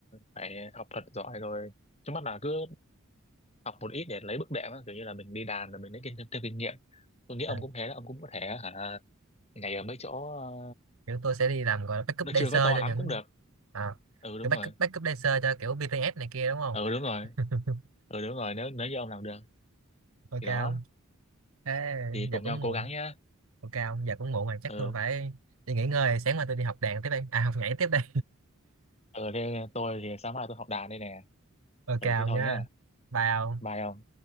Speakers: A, on the left (about 30°); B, on the right (about 80°).
A: phải học thật giỏi rồi trước mắt là cứ học một ít để lấy bước đệm á, kiểu như là mình đi đàn rồi mình lấy kinh thêm, thêm kinh nghiệm tôi nghĩ ông
B: à,
A: cũng thế đó ông cũng có thể hả ngày ở mấy chỗ ờ,
B: kiểu tôi sẽ đi làm gọi là backup
A: nó
B: dancer
A: chưa có to
B: cho
A: lắm
B: những
A: cũng được
B: à,
A: ừ đúng
B: kiểu backup
A: rồi
B: backup dancer cho kiểu BTS này kia đúng không
A: ừ đúng rồi
B: <laughs>
A: ừ đúng rồi nếu nếu như ông làm được
B: ok
A: thì
B: không
A: đó
B: thế
A: thì cùng
B: giờ
A: nhau
B: cũng
A: cố
B: muộn
A: gắng nhá
B: ok ông giờ cũng muộn rồi chắc
A: ừ
B: tôi phải đi nghỉ ngơi sáng mai tôi đi học đàn tiếp đây à học nhảy tiếp đây
A: ừ thế tôi thì sáng mai tôi học đàn đây nè
B: <laughs> ok
A: ừ
B: ông
A: thế thôi
B: nha
A: nhá
B: bye ông
A: bye ông